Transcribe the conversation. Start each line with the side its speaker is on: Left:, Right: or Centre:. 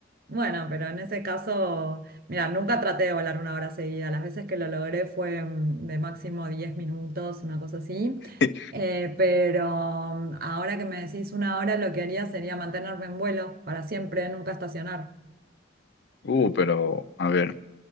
Right: bueno, pero en ese caso, mira, nunca traté de volar una hora seguida. Las veces que lo logré fue mm, de máximo 10 minutos, una cosa así.
Left: <laughs>
Right: Eh, pero mm, ahora que me decís una hora, lo que haría sería mantenerme en vuelo para siempre, nunca estacionar.
Left: Uh, pero, a ver.